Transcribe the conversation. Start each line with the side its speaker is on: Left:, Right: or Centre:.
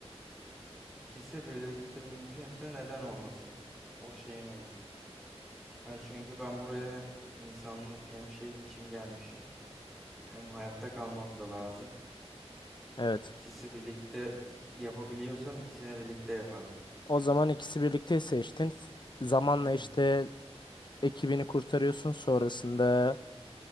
Centre: İkisi birlikte mümkünse neden olmasın? O şeyim olur. Hani çünkü ben buraya hem insanlık hem şeyim için gelmişim. Hem hayatta kalmam da lazım.
Left: Evet.
Centre: İkisi birlikte yapabiliyorsam ikisini birlikte yaparım.
Left: O zaman ikisi birlikte seçtin. Zamanla
Centre: Hı hı
Left: işte ekibini kurtarıyorsun. Sonrasında